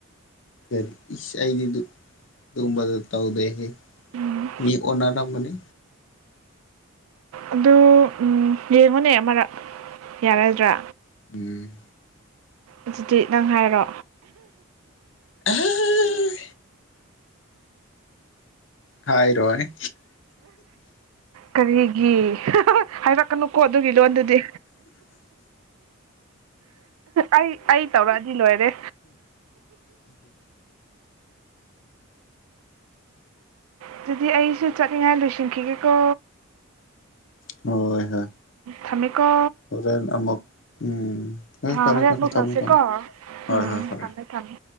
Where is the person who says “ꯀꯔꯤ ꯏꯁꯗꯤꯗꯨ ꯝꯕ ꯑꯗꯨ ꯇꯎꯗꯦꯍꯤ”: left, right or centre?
Left